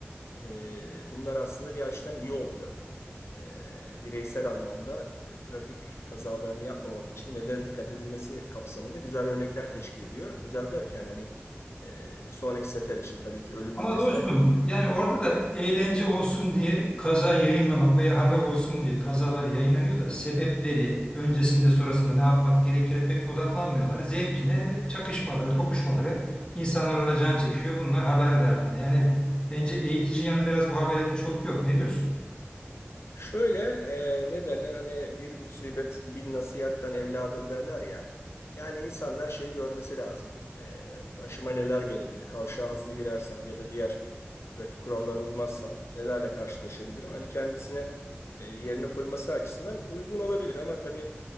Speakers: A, on the left; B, on the left.
A: Ee, bunlar aslında bir açıdan iyi oluyor. Ee, bireysel anlamda e, trafik kazalarını yapmamak için nelere dikkat edilmesi kapsamında güzel örnekler teşkil ediyor. Güzel derken hani e, sonraki sefer için tabii ki ölümlü
B: Ama
A: vesaire
B: dostum, yani orada da eğlence olsun diye kaza yayınlamak veya haber olsun diye kazalar yayınlanıyor da sebepleri öncesinde sonrasında ne yapmak gerekir pek odaklanmıyorlar. Zevkine hep çakışmaları, tokuşmaları, insanlar orada can çekişiyor. Bunlar haber derdinde. Yani bence eğitici yanı biraz bu haberlerin çok yok. Ne diyorsun?
A: Şöyle e, ne derler hani bir musibet bin nasihatten evladır derler ya. Yani insanlar şeyi görmesi lazım. E, başıma neler gelebilir? Kavşağa hızlı girersem ya da diğer trafik kurallarına uymazsam nelerle karşılaşabilirim? Hani kendisine e, yerine koyması açısından uygun olabilir ama tabii